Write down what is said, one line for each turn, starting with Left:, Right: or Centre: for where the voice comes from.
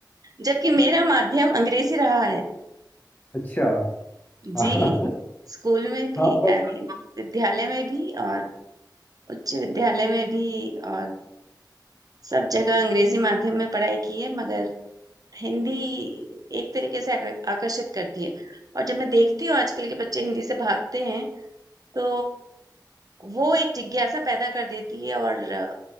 Right: जबकि मेरा माध्यम अंग्रेजी रहा है
Left: अच्छा हाँ
Right: जी स्कूल में भी
Left: हाँ but
Right: आई मीन विद्यालय में भी और उच्च विद्यालय में भी और सब जगह अंग्रेजी माध्यम में पढ़ाई की है मगर हिंदी एक तरीके से आक- आकर्षित करती है और जब मैं देखती हूँ आजकल के बच्चे हिंदी से भागते हैं तो वो एक जिज्ञासा पैदा कर देती है और अ,